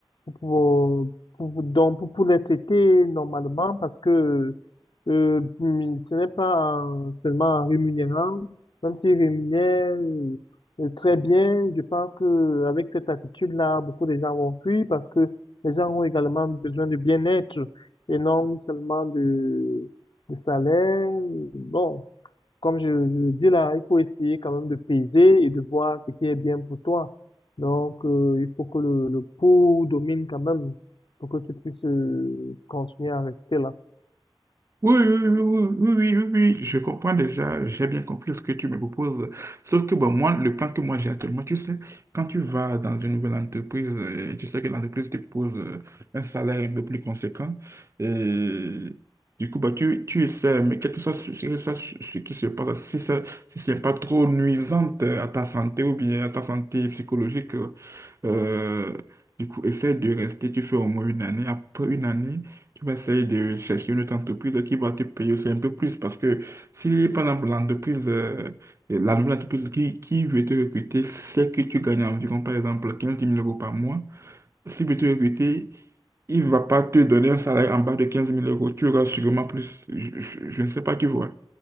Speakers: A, on the left; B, on the right.
A: pour, pouvoir- pour- donc, pour, pour les traiter normalement parce que euh, hum, ce n'est pas en- seulement en rémunérant, même s'ils rémunèrent euh, euh, très bien, je pense que avec cette attitude-là, beaucoup de gens vont fuir parce que les gens ont également besoin de bien-être et non seulement de, de salaire. Bon, comme je, je le dis là, il faut essayer quand même de peser et de voir ce qui est bien pour toi. Donc, euh, il faut que le, le pour domine quand même pour que tu puisses euh, continuer à rester là.
B: Oui, oui, oui, oui, oui, oui, oui, oui, oui. je comprends déjà, j'ai bien compris ce que tu me proposes. Sauf que bon, moi, le plan que moi j'ai actuellement, tu sais, quand tu vas dans une nouvelle entreprise, euh, tu sais que l'entreprise te propose euh, un salaire un peu plus conséquent. Et du coup, bah, tu, tu essaies, mais quel que soit ce, ce que soit ce- ce qui se passe, si ça, si ce n'est pas trop nuisant euh, à ta santé ou bien à ta santé psychologique, euh, euh, du coup, essaie de rester, tu fais au moins une année. Après une année, tu vas essayer de chercher une autre entreprise qui va te payer aussi un peu plus. Parce que si, par exemple, l'entreprise, euh, la nouvelle entreprise qui, qui veut te recruter sait que tu gagnes environ, par exemple, 15 mille euros par mois, s'il veut te recruter, il ne va pas te donner un salaire en bas de quinze mille euros. Tu auras sûrement plus. Je, je- je ne sais pas, tu vois.